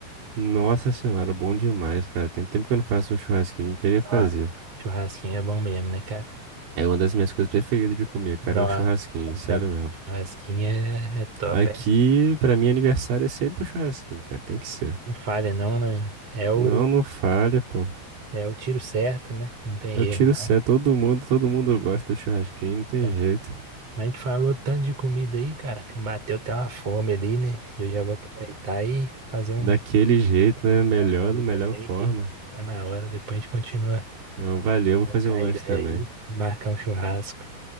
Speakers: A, on the right (about 75°); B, on the right (about 35°).
A: Nossa senhora, bom demais, cara. Tem tempo que eu não faço um churrasquinho, queria
B: Nossa,
A: fazer.
B: churrasquinho é bom mesmo, né, cara?
A: É uma das minhas coisas preferidas de comer, cara,
B: Nossa,
A: é um churrasquinho, sério
B: também.
A: mesmo.
B: Churrasquinho é, é top.
A: Aqui,
B: É.
A: pra mim, aniversário é sempre um churrasquinho, cara, tem que ser.
B: Não falha, não, né? É o,
A: Não, não falha, pô.
B: é o tiro certo, né? Não tem
A: Eu
B: erro,
A: tiro
B: não.
A: o céu, todo mundo, todo mundo gosta do churrasquinho, não tem
B: né?
A: jeito.
B: Mas a gente falou tanto de comida aí, cara, que bateu até uma fome ali, né? Eu já vou aproveitar e fazer um
A: Daquele jeito, né? Melhor,
B: prato ali
A: da melhor
B: também,
A: forma.
B: que tá na hora. Depois a gente continua a
A: Então, valeu, vou
B: trocar
A: fazer um lanche
B: ideia
A: também.
B: aí, marcar um churrasco.